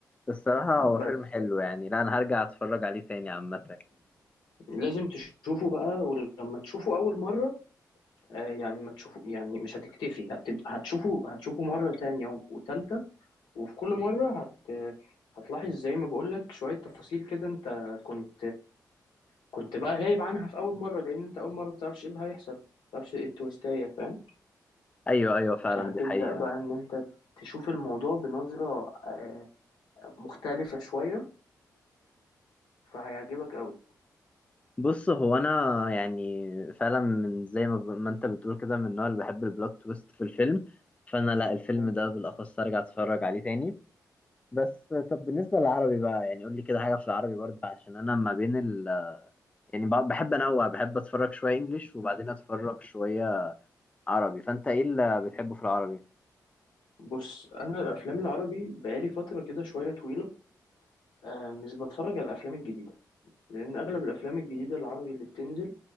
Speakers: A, on the left (about 15°); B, on the left (about 80°).
A: الصراحه هو
B: بس
A: فيلم حلو يعني لا انا هرجع اتفرج عليه تاني عامه
B: لازم تشوفه بقى ولما تشوفه أول مرة آه، يعني ما تشوفه يعني مش هتكتفي هتبقى هتشوفه هتشوفه مرة تانية وتالتة وفي كل مرة هت هتلاحظ زي ما بقولك شوية تفاصيل كده انت كنت كنت بقى غايب عنها في أول مرة لأن انت أول مرة متعرفش ايه اللي هيحصل متعرفش ايه التويستاية فاهم
A: ايوه ايوه فعلا
B: فهتبدأ
A: دي حقيقه
B: بقى ان انت تشوف الموضوع بنظرة آه، مختلفة شوية فهيعجبك قوي
A: بص هو انا يعني فعلا من زي ما, ب... ما انت بتقول كده من النوع اللي بحب البلوت تويست في الفيلم فانا لا الفيلم
B: حلو.
A: ده بالاخص ارجع اتفرج عليه تاني بس طب بالنسبه للعربي بقى يعني قول لي كده حاجه في العربي برضه عشان انا ما بين ال يعني ب- بحب
B: مم.
A: انوع بحب اتفرج شويه انجليش وبعدين اتفرج شويه عربي فانت ايه اللي بتحبه في العربي
B: بص أنا الأفلام العربي بقالي فترة كده شوية طويلة آه، مش بتفرج على الأفلام الجديدة لأن أغلب الأفلام الجديدة العربي اللي بتنزل